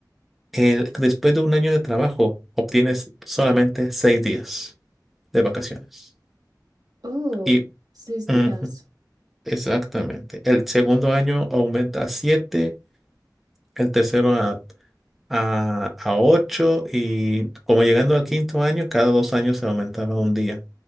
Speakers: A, in the centre; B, on the right (about 65°).
A: el- después de un año de trabajo obtienes solamente seis días de vacaciones.
B: Oh,
A: Y
B: seis
A: ujú,
B: días.
A: exactamente, el segundo año aumenta a siete, el tercero a a, a 8 y como llegando al quinto año, cada dos años se aumentaba un día.